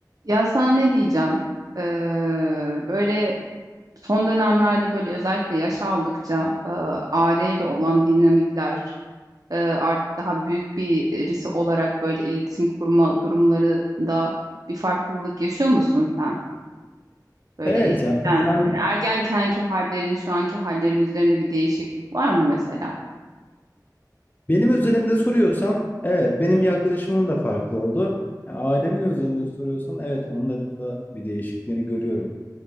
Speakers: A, on the right; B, on the left.
A: Ya sana ne diyeceğim? Ee, böyle son dönemlerde böyle özellikle yaş aldıkça e, aileyle olan dinamikler e, artık daha büyük bir birisi olarak böyle iletişim kurma durumlarında bir farklılık yaşıyor musun sen? Böyle
B: Evet
A: eskiden
B: ya. Ben,
A: hani ergenkenki hallerini şu anki hallerin üzerinde bir değişiklik var mı mesela?
B: benim özelimde soruyorsan evet benim yaklaşımım da farklı oldu. E, Ailemin özelinde soruyorsan evet onların da bir değişikliğini görüyorum.